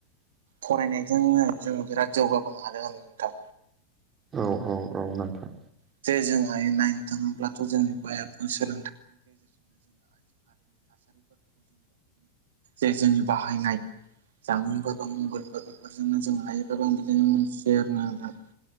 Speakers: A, on the right; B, on the right.
A: फरायनायजोंनो जों बिराद जौगाबोनो हादों नोंथां
B: औ औ औ नोंथां
A: <unintelligible> थासारिफोरखौबो जोङो बिदिनो जे जोंनि बाहायनाय जामुंफोर बा मबाइलफोर बेफोरजोंनो जों लायोब्लाबो आं बिदिनो मोनथियो आरो ना नोंथां